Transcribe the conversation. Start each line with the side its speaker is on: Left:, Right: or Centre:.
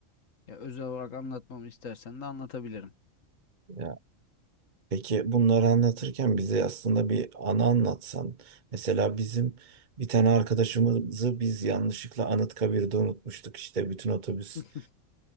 Left: Ya özel olarak anlatmamı istersen de anlatabilirim.
Right: Ya Peki bunları anlatırken bize aslında bir anı anlatsan. Mesela bizim bir tane arkadaşımızı biz yanlışlıkla Anıtkabir'de unutmuştuk. İşte bütün otobüs
Left: <laughs>